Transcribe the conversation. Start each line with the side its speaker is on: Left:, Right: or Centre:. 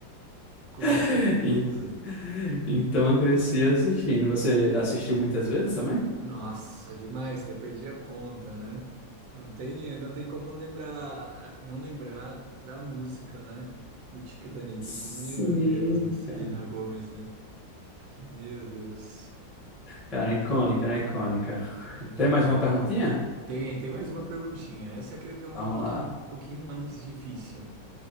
Right: Com
Centre: <laughs>
Right: certeza.
Centre: En- Então eu cresci assistindo. Você assistiu muitas vezes também?
Right: Nossa, demais, até perdi a conta, né? Não tem, não tem como lembrar, não lembrar da música, né? Do Titanic,
Centre: Sim,
Right: que meu Deus, né? Celina
Centre: cara.
Right: Gomes, né? Que meu Deus,
Centre: Cara, icônica, né? Icônica.
Right: grande
Centre: Tem
Right: demais.
Centre: mais uma perguntinha?
Right: Tem, tem mais uma perguntinha. Essa eu creio que é um
Centre: Vamos
Right: pouquinho,
Centre: lá,
Right: pouquinho mais difícil.